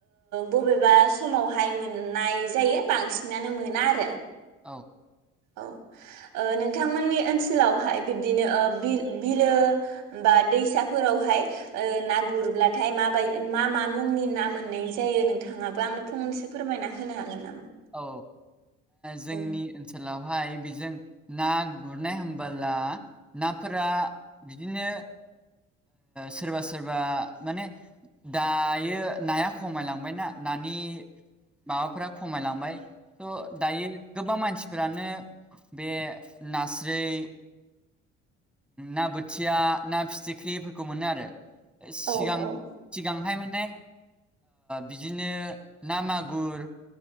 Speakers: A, on the right; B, in the centre.
A: बबेबा समावहाय मोननाय जायो बांसिनानो मोना आरो
B: औ।
A: औ नोंथांमोननि ओनसोलावहाय बिब्दिनो बिल बिलो बा दैसाफोरावहाय ना गुरब्लाथाय माबाय मा मा मुंनि ना मोननाय जायो नोंथांङाबो आंनो फंनसो फोरमायना होनो हागोन नामा?
B: औ जोंनि
A: औ
B: ओनसोलावहाय बेजों ना गुरनाय हबोला नाफोरा बिदिनो सोरबा सोरबा माने दायो नाया खमायलांबायना नानि। माबाफोरा खमायलांबाय थ' दायो गोबां मानसिफोरानो बे नास्राय ना बोथिया ना फिथिख्रिफोरखौ मोनो आरो सिगां
A: औ औ
B: सिगांहाय माने बिदिनो ना मागुर